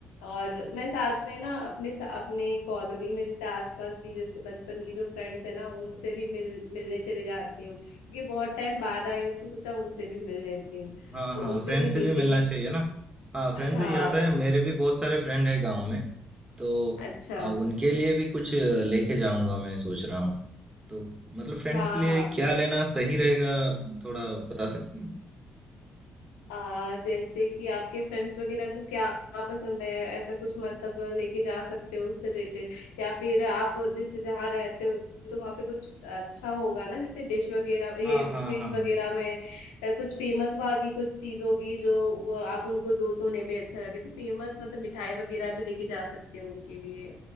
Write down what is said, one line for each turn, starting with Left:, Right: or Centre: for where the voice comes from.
Left: और मैं साथ में ना अपने अपने कॉलोनी में जैसे आसपास भी जैसे बचपन की जो फ्रेंड्स है ना उनसे भी मिल मिलने चले जाती हूँ क्योंकि बहुत टाइम बाद आई हूँ तो सोचा उनसे भी मिल लेती हूँ
Right: हाँ
Left: तो
Right: हाँ
Left: उनसे
Right: फ्रेंड
Left: भी
Right: से
Left: मिली
Right: भी मिलना चाहिए ना हाँ फ्रेंड
Left: हाँ
Right: से याद है मेरे भी बहुत सारे फ्रेंड है गाँव में तो
Left: अच्छा
Right: अ, उनके लिए भी कुछ लेके जाऊंगा मैं सोच रहा हूँ तो मतलब फ्रेंड्स
Left: हाँ
Right: के लिए क्या लेना सही रहेगा थोड़ा बता सकती हैं
Left: आ, जैसे कि आपके फ्रेंड्स वगैरह को क्या पसंद है ऐसा कुछ मतलब लेके जा सकते हो उससे रिलेटेड या फिर आप जैसे जहाँ रहते हो तो वहाँ पे कुछ अच्छा होगा ना जैसे डिश वगैरह
Right: हाँ
Left: ये
Right: हाँ
Left: स्वीट्स
Right: हाँ
Left: वगैरह में अ, कुछ फेमस वहाँ की कुछ चीज होगी जो वो आप उनको दो तो उन्हें भी अच्छा लगे तो फेमस मतलब मिठाई वगैरह भी लेके जा सकते हो उनके लिए